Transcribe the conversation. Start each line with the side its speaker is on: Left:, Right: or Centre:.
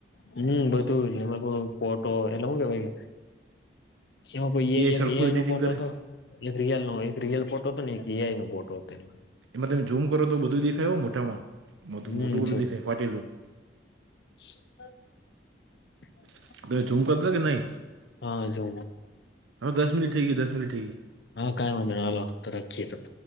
Left: હમ બધુંય <inaudible> ફોટો એટલે <inaudible> એમાં એઆઈ ઈ એ
Right: સરખું
Left: આઈ
Right: એડિટિંગ
Left: નો ફોટો
Right: કરે
Left: હતો? એક રિયલ નો એક રિયલ ફોટો હતો ને એક એ આઈ નો ફોટો હતો એનો.
Right: એમાં તમે ઝુમ કરો તો બધુંય દેખાય હો મોટામાં મોટું
Left: હમ
Right: બધું
Left: છે
Right: દેખાય ફાટેલું.
Left: <inaudible>
Right: <inaudible> ઝુમ કરતા કે નહી
Left: હા જો
Right: હ દસ મિનિટ થઇ ગય દસ મિનિટ થઇ ગય.
Left: હા કાઈ વાંધો નહીં હાલો તો રખીયે